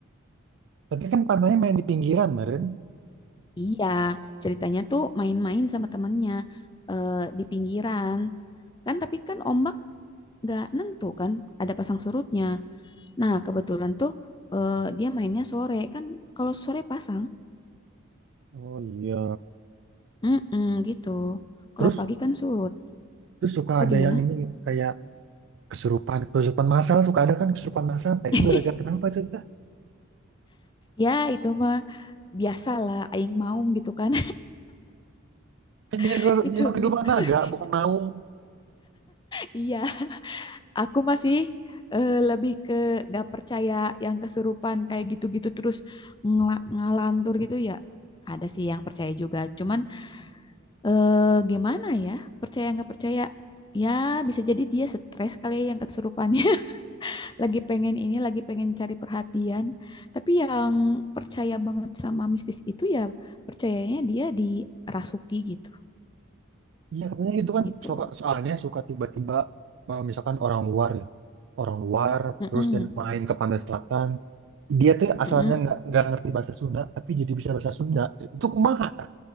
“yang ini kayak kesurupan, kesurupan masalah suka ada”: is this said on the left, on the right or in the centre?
Right